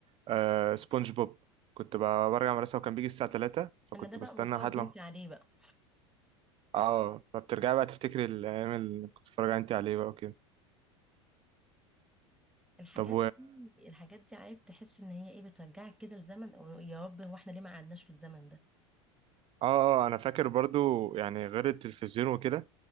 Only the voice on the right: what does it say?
آه، سبونج بوب كنت ب- برجع من المدرسة وكان بيجي الساعة 3 فكنت
بستنى
لحد
لما
اه فبترجعي بقى تفتكري الأيام اللي كنت بتتفرجي انت عليه بقى وكده
طب
اه آه، انا فاكر برضو يعني غير التلفزيون وكده